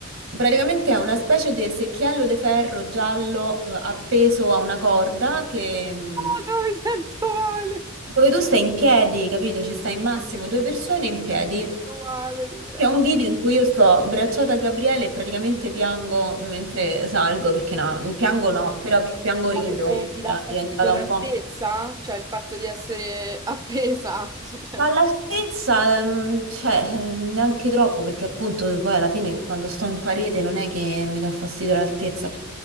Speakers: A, on the right; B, on the right.
A: Praticamente è una specie di secchiello di ferro giallo eh, appeso a una corda che... mh,
B: Oh, no, mi sento male. Mi
A: dove tu stai in piedi, capito? Ci stai in massimo due persone in piedi.
B: sento male, ti prego.
A: C'è un video in cui io sto abbracciata a Gabriele e praticamente piango mentre salgo, perché no, piango no, però piango rido.
B: Ma Perché ti dà
A: Era
B: fastidio
A: diventata
B: l'altezza?
A: un po'...
B: Cioè il fatto di essere appesa? <laughs> Cioè,
A: Ma all'altezza, ehm, cioè, eh, neanche troppo, perché appunto poi alla fine quando sto in parete non è che mi dà fastidio l'altezza,